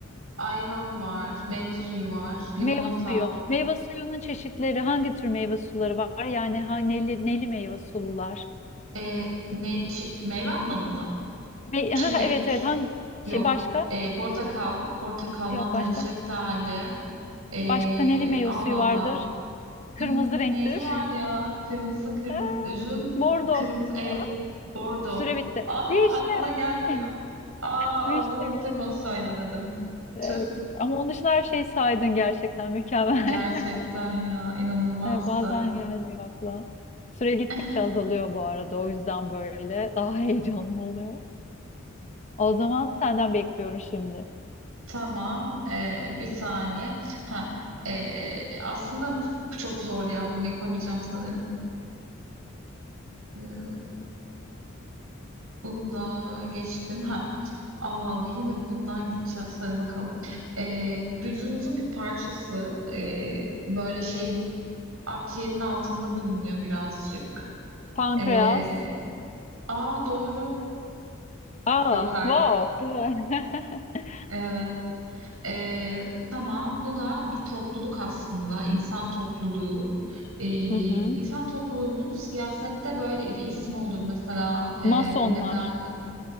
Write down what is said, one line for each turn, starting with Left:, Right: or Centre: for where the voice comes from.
Right: ayran var, meyve suyu var, limonata.
Left: Meyve suyu. Meyve suyunun çeşitleri hangi tür meyve suları var? Yani ha, neli, neli meyve sulular.
Right: Ee, ne, çi- meyve anlamında.
Left: Me- <laughs>
Right: Çilek.
Left: Ha, evet evet hangi
Right: Yok.
Left: şey başka?
Right: Ee, portakal, portakal,
Left: Yok
Right: mandalina,
Left: başka.
Right: şeftali. Ee,
Left: Başka neli meyve
Right: Allah
Left: suyu
Right: Allah.
Left: vardır? Kırmızı
Right: Hmm,
Left: renktir.
Right: neyli var ya? Kırmızı
Left: <laughs>
Right: kırmızı
Left: Aa,
Right: üzüm,
Left: Bordo.
Right: kırmızı el
Left: Aa,
Right: bordo.
Left: Süre bitti.
Right: Aa
Left: Vişne.
Right: aklıma gelmiyor.
Left: <laughs>
Right: Aa Allah'ım
Left: Vişneydi.
Right: bir tek onu söylemedim.
Left: Evet.
Right: Tüh
Left: Ama onun dışında her şeyi saydın gerçekten mükemmel.
Right: gerçekten
Left: <laughs>
Right: ya inanılmazdı.
Left: Ee, Bazen gelmiyor akla. Süre gittikçe
Right: <laughs>
Left: azalıyor bu arada. O yüzden böyle daha <laughs> heyecanlı oluyor. O zaman senden bekliyorum şimdi.
Right: Tamam ee, bir saniye. Ha ee, aslında çok zor ya bunu yapamayacağım sanırım. Ee, Bunu da geçtim. Ha. Allah Allah yine bundan gideceğiz. Hadi bakalım. Ee, vücudumuzun bir parçası ee, böyle şeyin akciğerin altında bulunuyor birazcık.
Left: Pankreas.
Right: Ee, aa doğru.
Left: Aa,
Right: Yok artık.
Left: wow, güzel. <laughs>
Right: Evet. Ee, tamam bu da bir topluluk aslında. İnsan topluluğu. Ee,
Left: Hı hı.
Right: insan topluluğunun siyasette böyle bir ismi olur mesela. Ee,
Left: Masonlar.
Right: ne derler?